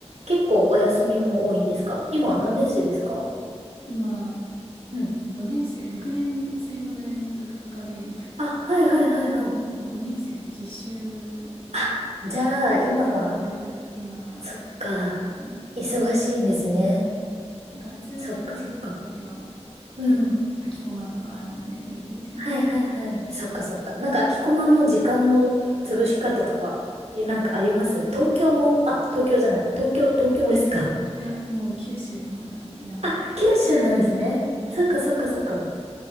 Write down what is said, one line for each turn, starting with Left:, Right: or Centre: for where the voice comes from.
Right: 結構お休みも多いんですか今何年生ですか
Left: 今、
Right: うん。
Left: 5年生、6年生の大学学科で、
Right: あ、はいはいはいはい。
Left: まあ、5年生で実習
Right: あ、じゃあ、
Left: なんで、
Right: 今は、
Left: ちょっとあんまり今はいけないですね。
Right: そっか。忙しいんですね。
Left: はい。なんか普通の授業の時は
Right: そっかそっか。うん。
Left: 結構空きコマとかあるんでよく行ってました。
Right: はいはいはい。そっかそっか。なんか、空きコマの時間の潰し方とかは、いなんかあります東京の、あ、東京じゃない。東京、東京ですか
Left: いや、もう九州の方だ、
Right: うんあ、
Left: 田舎。
Right: 九州なんですね。
Left: <laughs> はい。
Right: そっかそっかそっか。